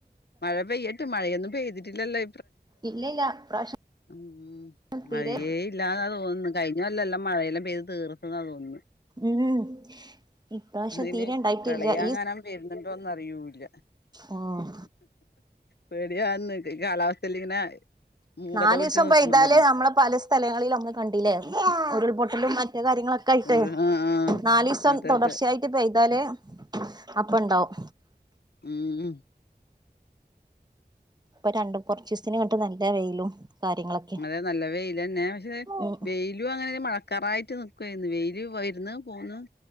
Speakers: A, on the left; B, on the right.
A: മഴ പെയ്യട്ട് മഴയൊന്നും പെയ്തിട്ടില്ലല്ലോ
B: ഇല്ല ഇല്ല ഇപ്രാവശ്യം
A: ഉ മഴയ
B: തീരെ
A: ഇല്ലാന്നാ തോന്നുന്നു കഴിഞ്ഞ വല്ല എല്ലാം മഴയെല്ലാം പെയ്തു തീർത്ത തോന്നുന്നു
B: ഉം ഇപ്രാവശ്യം
A: ഇന്
B: തീരെ ഇണ്ടായിട്ടില്ല
A: പ്രളയംങ്ങാനൻ പരുന്നുണ്ടോന്ന് അയൂല്ല
B: ആഹ
A: പേടിയാന്ന് ഈ കാലാവസ്ഥൽ ഇങ്ങനെ മൂക്കത്തെ
B: നാൽ
A: പിടിച്ച്
B: ദിവസം
A: നിക്കുമ്പോ
B: പെയ്താൽ
A: തന്നെ
B: നമ്മളെ പല സ്ഥലങ്ങളും നമ്മള് കണ്ടില്ലേ ഉരുൾപൊട്ടലും മറ്റു കാര്യങ്ങളൊക്കെ കയിട്ട്
A: ഒരു ആഹ് ആഹ്
B: നാൽ ദിവസം
A: അതെ
B: തുടർച്ചയായിട്ട്പ്
A: അതെ
B: ഇതാൽ അപ്പ ഇണ്ടാവും
A: ഉം
B: ഇപ്പൊ രണ്ടും കുറച്ച് ദിവസതിന് നല്ല വെയിലും കാര്യങ്ങളൊക്കെ
A: അങ്ങനെ നല്ല വെയിൽ തന്നെ പക്ഷെ
B: ഉം
A: വെയിലും അങ്ങനെ മഴക്കാറായിട്ട് നക്കുവായിരുന്നു വെയില് വരുന്നു <unintelligible> പോന്ന